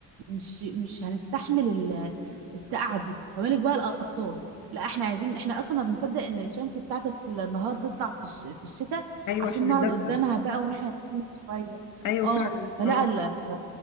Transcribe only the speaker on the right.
مش مش هنستحمل ال- السقعه دي فما بالك بقى الاطفال لا احنا عايزين احنا اصلا ما بنصدق ان الشمس بتاعت النهار تطلع في الش... في الشتاء
عشان
نقعد
قدامها بقى واحنا نتسند شويه
اه
فلا
لا ف...